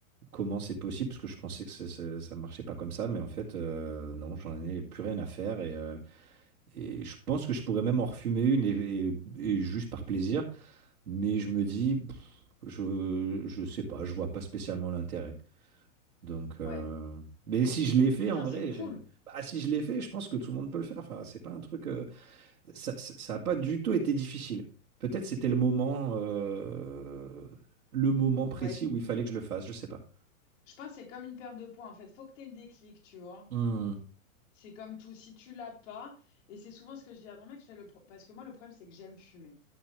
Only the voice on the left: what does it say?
Ouais.
Putain,
c'est cool.
Ouais, je,
je pense que c'est comme une perte de poids, en fait. Faut que t'aies le déclic, tu vois.
C'est comme tout, si tu l'as pas, et c'est souvent ce que je dis à mon mec, je fais le pro- parce que moi le problème c'est que j'aime fumer.